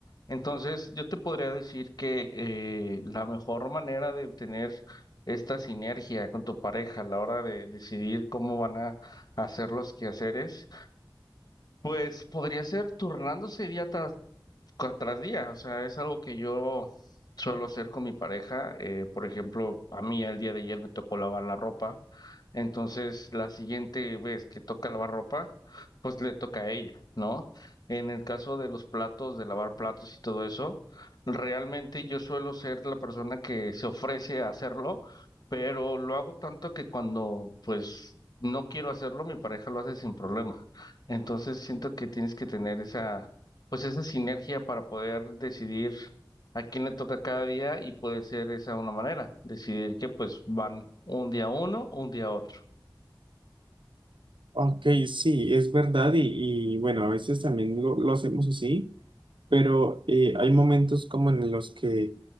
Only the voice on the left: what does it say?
Entonces, yo te podría decir que eh, la mejor manera de obtener esta sinergia con tu pareja a la hora de decidir cómo van a hacer los quehaceres, pues podría ser turnándose, idiota cua- tras día, o sea, es algo que yo suelo hacer con mi pareja. eh, por ejemplo, a mí el día de ayer me tocó lavar la ropa, entonces la siguiente vez que toca lavar ropa, pues le toca a ella, ¿no? En el caso de los platos, de lavar platos y todo eso, realmente yo suelo ser la persona que se ofrece a hacerlo, pero lo hago tanto que cuando, pues... No quiero hacerlo, mi pareja lo hace sin problema. Entonces siento que tienes que tener esa, pues esa sinergia para poder decidir a quién le toca cada día y puede ser esa una manera, decidir que pues van un día uno, un día otro.